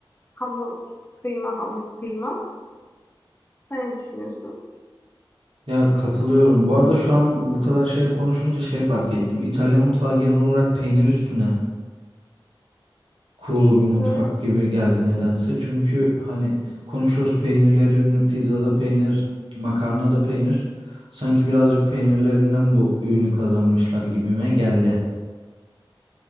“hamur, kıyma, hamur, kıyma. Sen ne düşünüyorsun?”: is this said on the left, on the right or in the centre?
Left